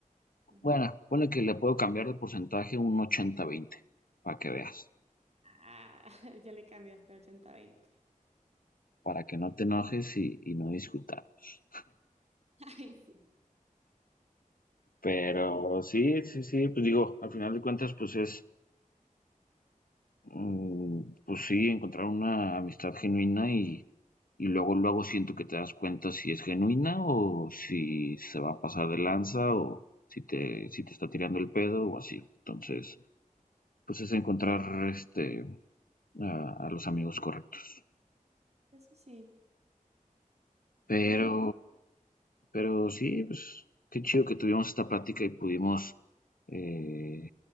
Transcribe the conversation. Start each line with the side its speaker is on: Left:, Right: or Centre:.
Right: Ajá.
Left: bueno, ponle que le puedo cambiar de porcentaje un ochenta veinte, para que veas,
Right: Ah, <laughs> ya le cambiaste a ochenta veinte
Left: para que no te enojes y, y no discutamos.
Right: <laughs> Ay, sí.
Left: Pero sí, sí, sí, pues digo, al final de cuentas, pues es, Mm, Pues sí, encontrar una amistad genuina y, y luego, luego siento que te das cuenta si es genuina o si se va a pasar de lanza o si te, si te está tirando el pedo o así. Entonces, pues es encontrar este a, a los amigos correctos.
Right: Eso sí.
Left: Pero,
Right: Lo bueno,
Left: pero sí, pues qué chido que tuvimos esta plática y pudimos eh,